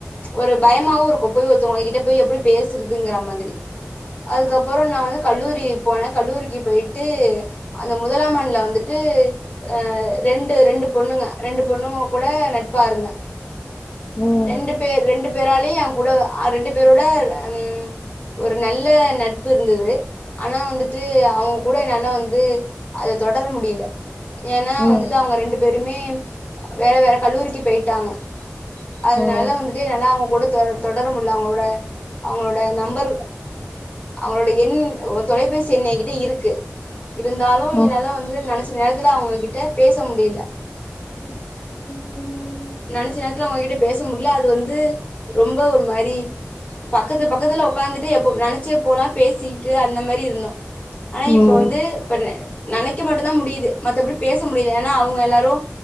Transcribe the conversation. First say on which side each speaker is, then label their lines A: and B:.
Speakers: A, on the left (about 30°); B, on the left (about 60°).
A: ஒரு பயமாவும் இருக்கும் போய் ஒருத்தவங்ககிட்ட போய் எப்படி பேசுறதுங்கற மாதிரி அதுக்கப்ரோ நான் வந்து கல்லூரி போனேன் கல்லூரிக்கு போயிட்டு அந்த முதலாமண்ல வந்துட்டு அ ரெண்டு ரெண்டு பொண்ணுங்க ரெண்டு பொண்ணுும் கூட நட்பா இருந்தேன்
B: <unintelligible> ம்
A: ரெண்டு பேர் ரெண்டு பேராலயும் என் கூட ரெண்டு பேரோட உம் ஒரு நல்ல நட்பு இருந்தது ஆனா வந்துட்டு அவங்க கூட என்னால வந்து அத தொடர முடியல ஏனா
B: ம்
A: வந்துட்டு அவங்க ரெண்டு பேருமே வேற வேற கல்லூரிக்கு போயிட்டாங்க அதனால
B: ம்
A: வந்துட்டு என்னால அவங்க குட தொ தொடர மூடில்ல அவங்களோட அவங்களோட நம்பர் அவங்களோட எண் தொலைபேசி எண் என்கிட்ட இருக்கு இருந்தாலும்
B: ம்
A: என்னால வந்து நனச்ச நேரத்துல அவங்ககிட்ட பேச முடியல
B: <unintelligible>
A: நெனைச்ச நேத்துல உங்ககிட்ட பேச முடியல அது வந்து ரொம்ப ஒரு மாரி பக்கத்து பக்கத்துல உக்காந்துட்டு எப்ப நெனைச்ச போலா பேசிட்டு அந்த மாரி இருந்தோ ஆனா இப்ப
B: ம்
A: வந்து பண்ண நெனைக்க மட்டுதா முடியுது மத்தபடி பேச முடியல ஏன்னா அவங்க எல்லாரு